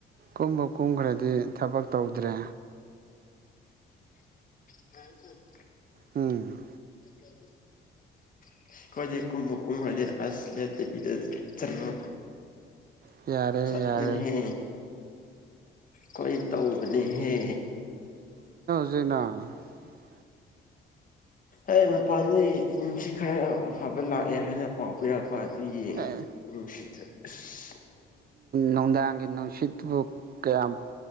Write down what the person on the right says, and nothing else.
ꯀꯨꯝꯕꯨ ꯀꯨꯝꯈ꯭ꯔꯗꯤ ꯊꯕꯛ ꯇꯧꯗ꯭ꯔꯦ
ꯎꯝ
ꯌꯥꯔꯦ
ꯌꯥꯔꯦ
<unintelligible>
ꯑꯦ
ꯅꯨꯡꯗꯥꯡꯒꯤ ꯅꯨꯡꯁꯤꯠ ꯑꯗꯨꯕꯨ ꯀꯌꯥꯝ